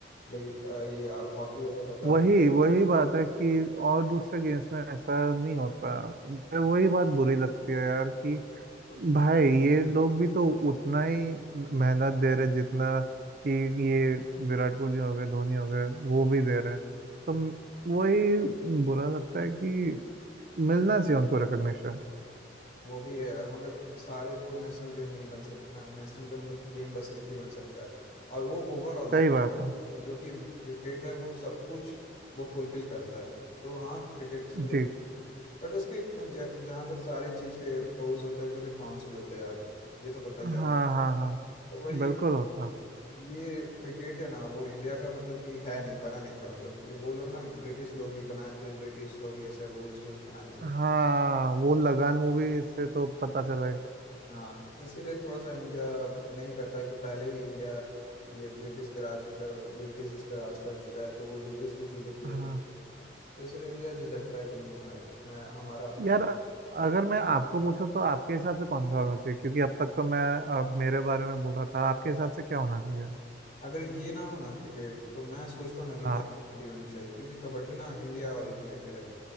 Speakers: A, on the left; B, on the right.
A: जबकि अ, ये हॉकी होता था पहले
B: वही वही बात है कि और दूसरे गेम्स में ऐसा नहीं होता मुझे वही बात बुरी लगती है यार कि
A: तो
B: भाई ये लोग भी तो उतना ही मेहनत दे रहे जितना कि ये विराट कोहली हो गए धोनी हो गए वो भी दे रहे हैं तो म- वही बुरा लगता है कि मिलना चाहिए उनको रिकग्निशन
A: वो भी है यार मगर सारे तो नेशनल गेम नहीं बन सकते ना नेशनल गेम गेम बस एक ही बन सकता है और वो ओवरऑल देखा
B: सही बात है
A: और जो कि क्रिकेट है वो सब कुछ वो फुलफिल करता है तो हाँ क्रिकेट से भी बना
B: जी
A: बट उसके ज- जहाँ तक सारी चीज के प्रोज होते हैं तो फिर कॉन्स भी होते हैं यार ये तो पता ही
B: हाँ
A: है आपको
B: हाँ हाँ
A: तो वही
B: बिल्कुल
A: है कि
B: होता
A: ये क्रिकेट है ना वो इंडिया का मतलब कि है नहीं बना नहीं था मतलब कि वो लोग ना ब्रिटिश लोग ही बनाए थे ब्रिटिश लोग ही ऐसे रूल्स वूल्स बनाए थे
B: हाँ वो लगान मूवी से तो पता चला है
A: हाँ तो इसीलिए थोड़ा सा इंडिया नहीं करता है कि पहले ही इंडिया ये ब्रिटिश के राज कर ब्रिटिश इस पे राज कर चुका है तो वो ब्रिटिश की चीज़ें क्यों
B: हाँ
A: तो इसलिए इंडिया झिझकता है कि नहीं यार मैं हमारा अपना
B: यार
A: ये
B: अगर मैं आपको पूछूं तो आपके हिसाब से कौन सा होना चाहिए क्योंकि अब तक तो मैं अ, मेरे बारे में बोल रहा था आपके हिसाब से क्या होना चाहिए
A: अगर ये ना हो ना क्रिकेट तो मैं सोचता हूँ ना कि भाई
B: हाँ
A: कबड्डी होनी चाहिए क्योंकि कबड्डी ना इंडिया ओरिजिनेटेड है